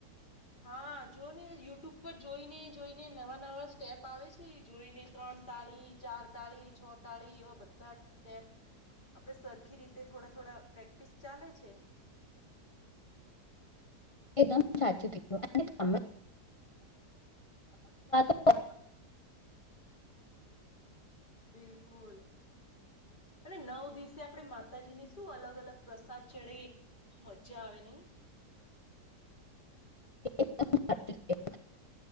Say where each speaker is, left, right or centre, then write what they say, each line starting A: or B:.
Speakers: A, on the left; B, on the left.
A: હા, જો ને યુટ્યુબ પર જોઈને જોઈને નવા-નવા સ્ટેપ આવે છે, જોઈને. ત્રણ તાળી, ચાર તાળી, છ તાળી એવા બધા જ સ્ટેપ. આપણે સરખી રીતે થોડા થોડા પ્રેક્ટિસ ચાલે છે.
B: એકદમ સાચું કીધું. <inaudible>
A: હા. બિલકુલ. અને નવ દિવસે માતાજીને શું અલગ-અલગ પ્રસાદ ચડી. મજા આવે ની.
B: <unintelligible>